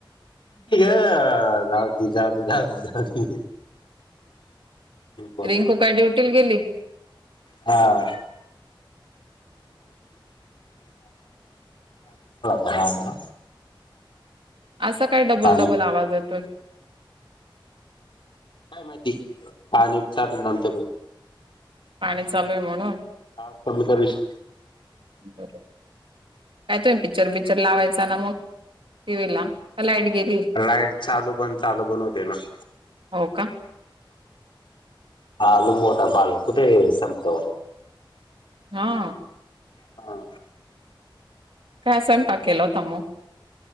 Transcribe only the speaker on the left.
ठीके अह जाऊती जाऊती जाऊती जाऊती बस
हा. गरा ना <unintelligible>
पाणी
काय माहिती. पाणी विचारलं नंतर
आवाज कमी करू शक
लाईट चालू पण चालू पण होते ना.
हालू मोठा बाल कुठे संपतो. <unintelligible>
हा.